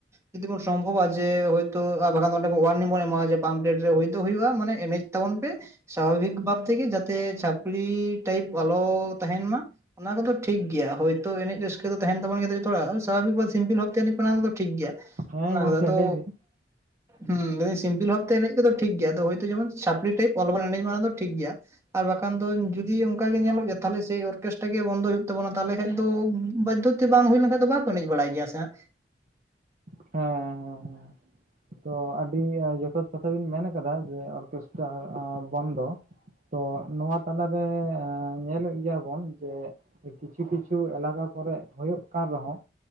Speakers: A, on the right; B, on the right.
A: ᱡᱩᱫᱤ ᱵᱚᱱ ᱥᱚᱢᱵᱷᱚᱵᱼᱟ ᱡᱮ ᱦᱳᱭᱛᱳ ᱟᱨ ᱵᱟᱠᱷᱟᱱ ᱫᱚ ᱚᱸᱰᱮ ᱦᱟᱨᱱᱤᱝ ᱵᱚᱱ ᱮᱢᱟ ᱟ ᱡᱮ ᱯᱟᱢ <unintelligible> ᱨᱮ ᱱᱤᱛᱚᱜ ᱦᱩᱭᱩᱜᱼᱟ ᱢᱟᱱᱮ ᱮᱱᱮᱡ ᱛᱟᱵᱚᱱ ᱯᱮ ᱥᱟᱵᱷᱟᱵᱤᱠ ᱵᱷᱟᱵ ᱛᱮᱜᱮ ᱡᱟᱛᱮ ᱪᱷᱟᱹᱯᱨᱤ ᱴᱟᱭᱤᱯ ᱟᱞᱚ ᱛᱟᱦᱮᱱ ᱢᱟ ᱚᱱᱟ ᱠᱚᱫᱚ ᱴᱷᱤᱠ ᱜᱮᱭᱟ ᱦᱳᱭ ᱛ ᱮᱱᱮᱡ ᱨᱟᱹᱥᱠᱟᱹ ᱫᱚ ᱛᱟᱦᱮᱱ ᱛᱟᱵᱚᱱ ᱜᱮᱭᱟ ᱛᱚ ᱡᱚᱛᱚ ᱦᱚᱲᱟᱜ ᱥᱟᱵᱷᱟᱵᱤᱠ ᱥᱮ ᱥᱤᱢᱯᱤᱞ ᱵᱷᱟᱵ ᱛᱮ ᱮᱱᱮᱡ ᱯᱮ ᱚᱱᱟ ᱠᱚ ᱫᱚ ᱴᱷᱤᱠ ᱜᱮᱭᱟ
B: ᱦᱮᱸ
A: ᱚᱱᱟ
B: ᱜᱚᱝᱠᱮ
A: ᱠᱚᱫᱚ ᱫᱚ
B: ᱞᱟᱹᱭ ᱵᱤᱱ
A: ᱦᱩ ᱞᱟᱹᱭ ᱫᱟᱹᱧ ᱥᱤᱢᱯᱤᱞ ᱵᱷᱟᱵ ᱛᱮ ᱮᱱᱮᱡ ᱠᱚᱫᱚ ᱴᱷᱤᱠ ᱜᱮᱭᱟ ᱟᱫᱚ ᱦᱳᱭᱛᱳ ᱡᱮᱚᱱ ᱪᱷᱟᱹᱯᱨᱤ ᱴᱟᱭᱤᱯ ᱟᱞᱚᱵᱚᱲ ᱮᱱᱮᱡ ᱢᱟ ᱚᱲᱟᱜ ᱫᱚ ᱴᱷᱤᱠ ᱜᱮᱭᱟ ᱟᱨ ᱵᱟᱠᱷᱟᱱ ᱫᱚ ᱡᱩᱫᱤ ᱚᱱᱠᱟ ᱜᱮ ᱧᱮᱞᱚᱜ ᱜᱮᱭᱟ ᱛᱟᱦᱚᱞᱮ ᱥᱨᱤ ᱚᱨᱠᱮᱥᱴᱨᱟ ᱜᱮ ᱵᱚᱱᱫᱚᱭ ᱦᱳᱭᱳᱜ ᱛᱟᱵᱱᱟ ᱛᱟᱦᱚᱞᱮ ᱠᱷᱟᱱ ᱫᱚ ᱵᱟᱫᱽᱷᱚ ᱛᱮ ᱵᱟᱝ ᱦᱩᱭ ᱞᱮᱱᱠᱷᱟᱱ ᱫᱚ ᱵᱟᱠᱚ ᱮᱱᱮᱡ ᱵᱟᱲᱟᱭ ᱜᱮᱭᱟ ᱥᱮ ᱦᱟᱜ
B: ᱦᱮᱸ ᱦᱮᱸ ᱦᱮᱸ ᱛᱚ ᱟᱹᱰᱤ ᱡᱚᱛᱷᱟᱛ ᱠᱟᱛᱷᱟᱵᱤᱱ ᱢᱮᱱ ᱟᱠᱟᱫᱟ ᱡᱮ ᱚᱨᱠᱮᱥᱴᱨᱟ ᱵᱚᱱᱫᱚ ᱛᱚ ᱱᱚᱣᱟ ᱛᱟᱞᱟᱨᱮ ᱧᱮᱞᱮᱫ ᱜᱮᱭᱟᱵᱚᱱ ᱡᱮ ᱠᱤᱪᱷᱩ ᱠᱤᱪᱷᱩ ᱮᱞᱟᱠᱟ ᱠᱚᱨᱮᱜ ᱦᱩᱭᱩᱜ ᱠᱟᱱ ᱨᱮᱦᱚᱸ